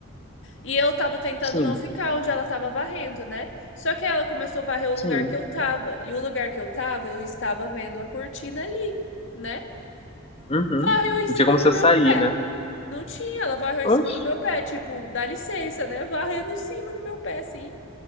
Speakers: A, on the left; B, on the left.
A: E eu tava tentando
B: Sim,
A: não ficar onde ela tava varrendo, né? Só que ela começou a varrer o
B: sim.
A: lugar que eu tava. E o lugar que eu tava, eu estava vendo a cortina ali, né?
B: Uhum.
A: Varreu em cima
B: Não tinha como
A: do
B: você
A: meu
B: sair,
A: pé.
B: né?
A: Não tinha, ela varreu em
B: Oxe,
A: cima do meu pé, tipo, dá licença, né? Varrendo em cima do meu pé, assim,